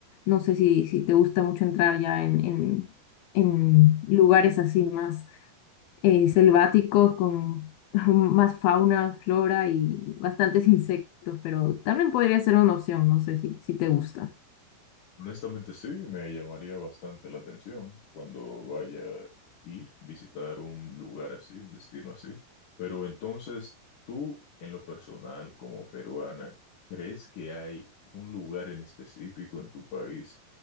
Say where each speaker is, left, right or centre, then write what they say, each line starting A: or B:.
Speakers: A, on the left; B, on the left.
A: No sé si, si te gusta mucho entrar ya en, en en lugares así más eh, selváticos con <laughs> más fauna, flora y bastantes insectos, pero también podría ser una opción, no sé si, si te gusta.
B: Honestamente sí, me llamaría bastante la atención cuando vaya a ir, visitar un lugar así, un destino así. Pero entonces, tú en lo personal como peruana, ¿crees que hay un lugar en específico en tu país